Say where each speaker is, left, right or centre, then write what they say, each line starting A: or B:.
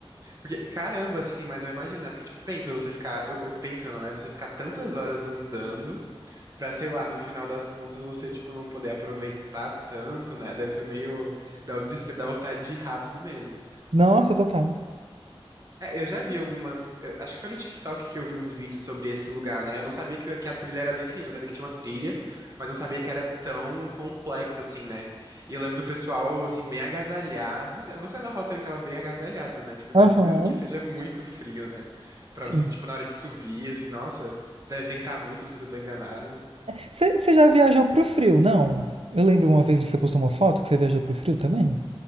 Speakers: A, on the right (about 35°); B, on the right (about 80°).
A: Porque, caramba, assim, mas eu imagino, né? Porque, tipo, pensa você ficar, eu, eu pensando, né? Você ficar tantas horas andando pra, sei lá, no final das contas você, tipo, não poder aproveitar tanto, né? Deve ser meio, dá o desespero, dá vontade de ir rápido mesmo.
B: Nossa, total.
A: É, eu já vi algumas. eu- acho que foi no TikTok que eu vi uns vídeos sobre esse lugar, né? Eu não sabia que, que a trilha era nesse nível. Eu sabia que tinha uma trilha, mas não sabia que era tão complexa assim, né? E eu lembro do pessoal, assim, bem agasalhado. Você, você na foto também tava bem agasalhado, né? Tipo,
B: Aham,
A: imagino que, que seja muito frio, né?
B: sim.
A: Pra você, tipo, na hora de subir, assim, nossa, deve ventar muito, não sei se eu tô enganado.
B: Você já viajou pro frio, não? Eu lembro uma vez que você postou uma foto que você viajou pro frio também.